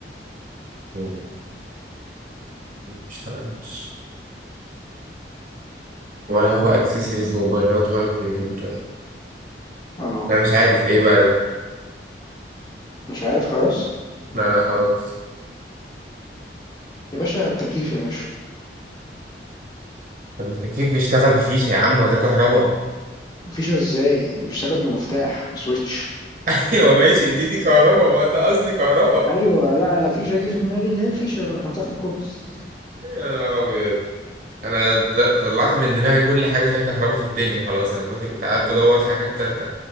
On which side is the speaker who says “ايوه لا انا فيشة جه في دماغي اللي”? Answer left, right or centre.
Left